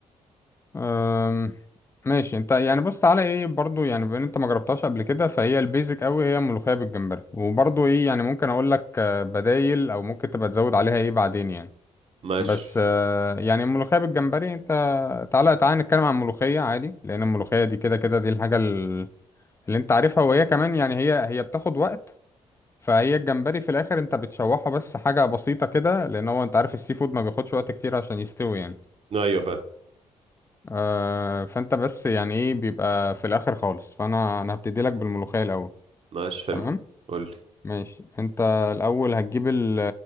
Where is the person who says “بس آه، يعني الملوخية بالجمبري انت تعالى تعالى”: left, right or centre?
Left